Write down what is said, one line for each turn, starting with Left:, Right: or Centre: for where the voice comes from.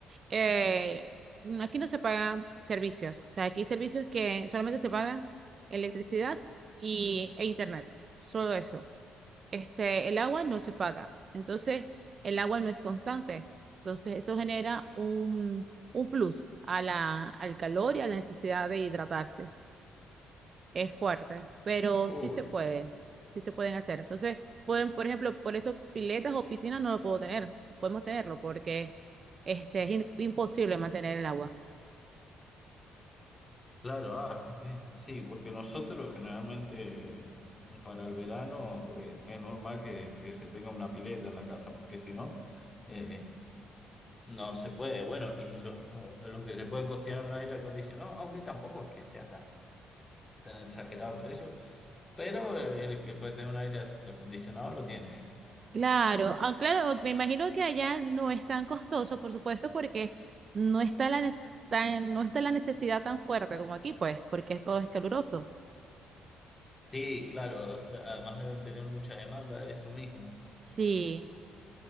Right: eh, aquí no se pagan servicios. O sea, aquí hay servicios que solamente se pagan electricidad y, e internet. Solo eso. este, el agua no se paga. Entonces, el agua no es constante. Entonces, eso genera un, un plus a la, al calor y a la necesidad de hidratarse. Es fuerte, pero
Left: Uy,
Right: sí se puede, sí se pueden hacer. Entonces, pueden, por ejemplo, por eso piletas o piscinas no lo puedo tener, no podemos tenerlo porque este, es in- imposible mantener el agua.
Left: Claro, ah, qué pena. Sí, porque nosotros generalmente eh, para el verano eh, es normal que, que se tenga una pileta en la casa, porque si no, eh, no se puede. Bueno, y los, los que se pueden costear un aire acondicionado, aunque tampoco es que sea tan, tan exagerado el precio, pero eh, el que puede tener un aire acondicionado lo tiene.
Right: Claro, ah, claro, me imagino que allá no es tan costoso, por supuesto, porque no está la, ne- tan- no está la necesidad tan fuerte como aquí, pues, porque todo es caluroso.
Left: Sí, claro, o sea, además deben tener mucha demanda de eso mismo.
Right: Sí.